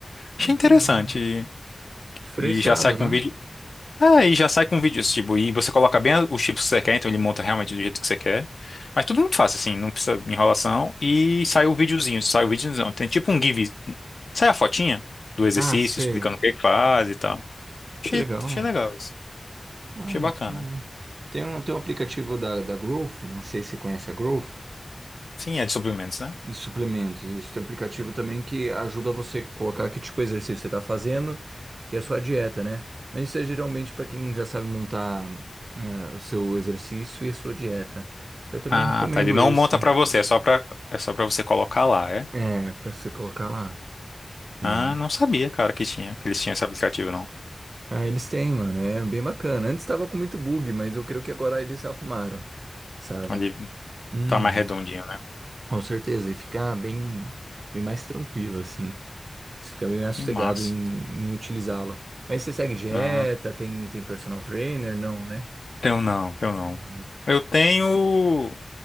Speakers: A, on the left; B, on the right.
A: Achei
B: Ah,
A: interessante
B: que legal.
A: e,
B: Diferenciado,
A: e já sai com
B: né?
A: um vídeo. Ah, e já sai com vídeos, tipo, e você coloca bem os chips que você quer, então ele monta realmente do jeito que você quer. Mas tudo muito fácil, assim, não precisa de enrolação. E sai o videozinho, sai o videozão. Tem tipo um give, sai a fotinha do exercício,
B: Ah, sei.
A: explicando o que que faz e tal. Achei,
B: Que legal.
A: achei legal isso.
B: Ah,
A: Achei
B: muito
A: bacana.
B: bom. Tem um, tem um aplicativo da, da Growth, não sei se você conhece a Growth,
A: Sim, é de suplementos, né?
B: de suplementos. Isso tem um aplicativo também que ajuda você a colocar que tipo de exercício você está fazendo e a sua dieta, né? Mas isso é geralmente para quem já sabe montar eh, o seu exercício e a sua dieta. Eu também
A: Ah,
B: recomendo
A: tá. Ele não
B: esse,
A: monta pra você, é só pra, é só pra você colocar lá, é?
B: é, para você colocar lá, né?
A: Ah, não sabia, cara, que tinha, que eles tinham esse aplicativo, não.
B: Ah, eles têm, mano, é bem bacana. Antes estava com muito bug, mas eu creio que agora eles arrumaram, sabe?
A: Ali
B: Uhum.
A: tá mais redondinho, né?
B: Com certeza, e fica bem, bem mais tranquilo, assim. Você fica bem mais
A: Que
B: sossegado
A: massa.
B: em, em utilizá-lo. Mas você segue dieta,
A: Ah.
B: tem, tem personal trainer? Não, né?
A: Tenho não, tenho não.
B: Não, né?
A: Eu tenho o,